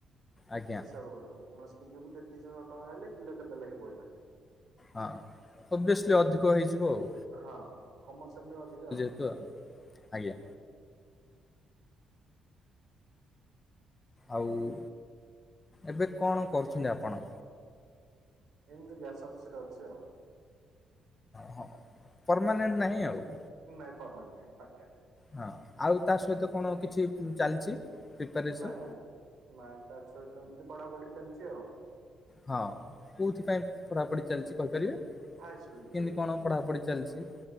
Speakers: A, on the left (about 25°); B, on the right (about 65°).
A: ଆଜ୍ଞା
B: ହିସାବ କରନ୍ତୁ ଉଣେଇଶ କେଜି କୁ ତେତିଶହଶହ ଟଙ୍କା ହେଲେ କିଲୋ କେତେ ଲାଗେ ପଡିଲା?
A: ହଁ ଓଭିଅସଲି
B: ହୁଁ।
A: ଅଧିକ ହେଇଯିବ ଆଉ।
B: ହଁ କମରସିଆଲରୂ ଅଧିକା ଆଉ।
A: <unintelligible> ଆଜ୍ଞା। ଆଉ ଉ ଏବେ କଣ କରୁଛନ୍ତି ଆପଣ?
B: ଏମିତି ଗ୍ୟାସ୍ ଅଫିସ୍ ରେ ଅଛି ଆଉ।
A: ହଁ ପର୍ମାନେଣ୍ଟ ନାହିଁ ଆଉ।
B: ନାଇ ପରମାଣ୍ଟ ନାଇଁ ପାଟ୍ ଟାଇମ୍।
A: ହଁ ଆଉ ତା ସହିତ କଣ କିଛି ଚାଲିଛି? ପ୍ରିପାରେସନ୍?
B: ନା ନା ନା ତା ସହିତ ଏମିତି ପଢାପଢି ଚାଲିଛି ଆଉ।
A: ହଁ କୋଉଥିପାଇଁ ପଢାପଢି ଚାଲିଛି କହିପାରିବେ?
B: ହାଇସ୍କୁଲ ଟିଚର
A: କେମିତି କଣ
B: ପାଇଁ।
A: ପଢାପଢି ଚାଲିଛି?